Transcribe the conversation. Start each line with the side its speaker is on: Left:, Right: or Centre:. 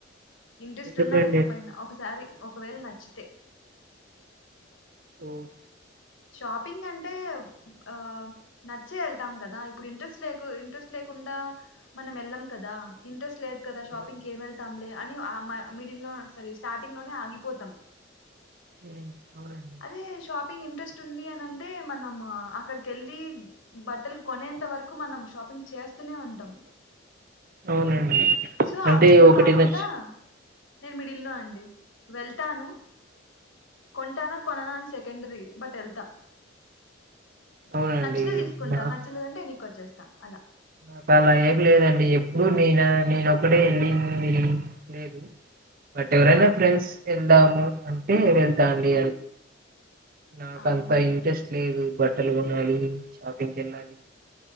Left: ఇంట్రెస్ట్
Right: ఎందుకండి
Left: ఉన్నా లేకపోయినా ఒకసారి ఒకవేళ నచ్చితే
Right: ఉమ్
Left: షాప్ ప్పింగ్ అంటే ఆ నచ్చే వెళ్తాం కదా ఇప్పుడు ఇంట్రెస్ట్ లేకు ఇంట్రెస్ట్ లేకుండా మనం వెళ్ళం కదా ఇంట్రెస్ట్ లే షాపింగ్‌కి
Right: ఆ
Left: ఏం వెళ్తాంలే అని ఆ మ మిడిల్ లో సారీ స్టార్టింగ్ లోనే ఆగిపోతాం
Right: ఉమ్ అవునండి
Left: అదే షాపింగ్ ఇంట్రెస్ట్ ది అనింటే మనం అక్కడిక వెళ్ళి బట్టలు కొనేంత వరకు మనం షాపింగ్ చేస్త స్తనే ఉంటాం
Right: అవునండి
Left: సో
Right: అంటే
Left: అవి రెండు
Right: ఒకటి
Left: కాకుండా
Right: నచ్చ
Left: నేను మిడిల్లో అండి వెళ్తాను కొంటానా కొన్నానా అని సెకండరీ బట్ వెత
Right: అవునండి
Left: నచ్చితే తీసుకుంటా
Right: నా
Left: నచ్చలేదంటే వెనక్కి వచ్చేస్తా చేస్తా అలా
Right: నాకు అలా ఏమి లేదండి ఎప్పుడు నేను నేనొక్కటే వెళ్ళింది లేదు బట్ ఎవరైనా
Left: ఆ
Right: ఫ్రెండ్స్‌ వెళ్దాం అంటే వెళ్తా అండి నాకంత
Left: అవునా
Right: ఇంట్రెస్ట్ లేదు బట్టలు కొనాలి షాపింగ్కి వెళ్ళాలి